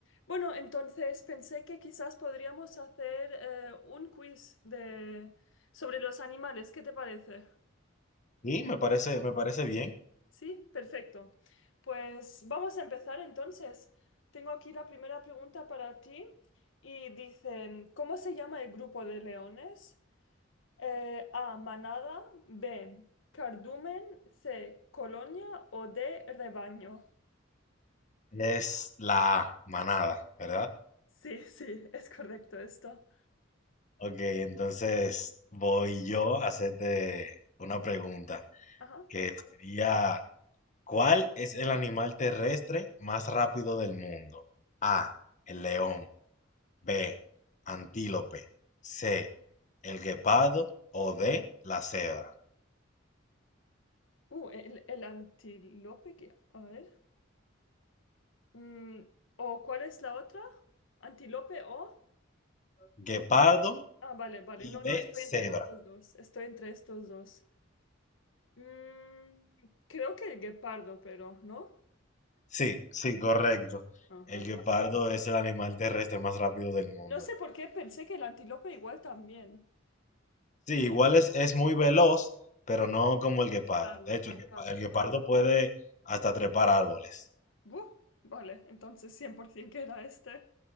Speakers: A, on the left; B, on the left.
A: Bueno, entonces pensé que quizás podríamos hacer eh, un quiz de... sobre los animales. ¿Qué te parece?
B: Sí, me parece, me parece bien.
A: Sí, perfecto. Pues vamos a empezar entonces. Tengo aquí la primera pregunta para ti y dice, ¿cómo se llama el grupo de leones? Eh, A, manada, B, cardumen, C, colonia o D, rebaño.
B: Es la manada, ¿verdad?
A: Sí, sí, <laughs> es correcto esto.
B: Ok, entonces voy yo a hacerte una pregunta,
A: Ajá.
B: que sería, ¿cuál es el animal terrestre más rápido del mundo? A, el león, B, antílope, C, el guepardo o D, la cebra.
A: Uh, el, el antílope que... A ver. Mm, ¿o cuál es la otra? ¿Antílope o?
B: Guepardo
A: Ah, vale, vale.
B: y
A: No,
B: D,
A: no, estoy
B: cebra.
A: entre estos dos. Estoy entre estos dos. Mm, creo que el guepardo, pero, ¿no?
B: Sí, sí, correcto.
A: Ah,
B: El
A: vale.
B: guepardo es el animal terrestre más rápido del mundo.
A: No sé por qué pensé que el antílope igual también.
B: Sí, igual es, es muy veloz, pero no como el guepardo.
A: Claro,
B: De hecho, el guepa-
A: claro,
B: el guepardo
A: claro.
B: puede hasta trepar árboles.
A: Buh, vale, entonces 100% que era este.